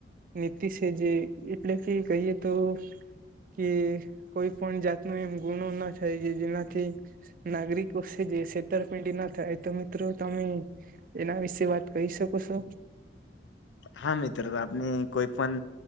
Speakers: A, on the right (about 45°); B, on the left (about 85°).
A: નીતિ છે જે એટલે કે કહીએ તો કે કોઈ પણ જાતનો એમ ગુણો ના થાય જે જેનાથી નાગરિકો સે જે છેતરપીંડી ન થાય તો મિત્રો તમે એના વિશે વાત કરી શકો છો?
B: હા મિત્રો આપણે કોઈ પણ